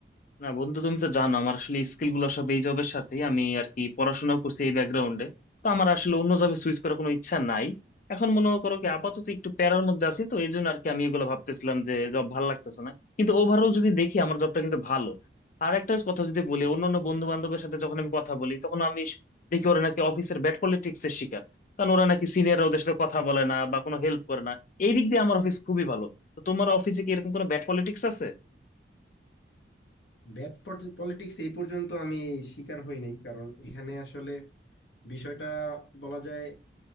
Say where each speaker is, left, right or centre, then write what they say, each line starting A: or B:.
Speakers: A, on the left; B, on the left.
A: না বন্ধু তুমি তো জানো আমার আসলে স্কিল গুলো সব এই জবের সাথেই আমি আর কি পড়াশোনা করছি এই ব্যাকগ্রাউন্ডে তো আমার আসলে অন্য জবে সুইচ করার কোনো ইচ্ছা নাই এখন মনে করো কি আপাতত একটু প্যারার মধ্যে আছি তো এই জন্য আর কি আমি এগুলো ভাবতেছিলাম যে জব ভালো লাগতেছে না কিন্তু ওভারঅল যদি দেখি আমার জবটা কিন্তু ভালো আর একটা কথা যদি বলি অন্য অন্য বন্ধু বান্ধবের সাথে যখন আমি কথা বলি তখন আমি স- দেখি ওরা নাকি অফিসের ব্যাড পলিটিক্স এর শিকার কারণ ওরা নাকি সিনিয়ররা ওদের সাথে কথা বলে না বা কোনো হেল্প করে না এই দিক দিয়ে আমার অফিস খুবই ভালো তো তোমার অফিসে কি এরকম কোনো ব্যাড পলিটিক্স আছে
B: ব্যাড পলিটিক্স এই পর্যন্ত আমি শিকার হই নাই কারণ এখানে আসলে বিষয়টা বলা যায়